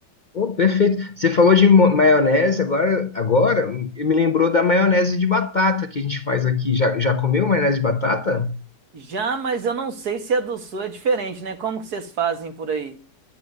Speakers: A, on the left; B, on the right.
A: ô, perfeito. Você falou de mo- maionese, agora, agora me lembrou da maionese de batata que a gente faz aqui. Já, já comeu maionese de batata?
B: Já, mas eu não sei se a do sul é diferente, né? Como que vocês fazem por aí?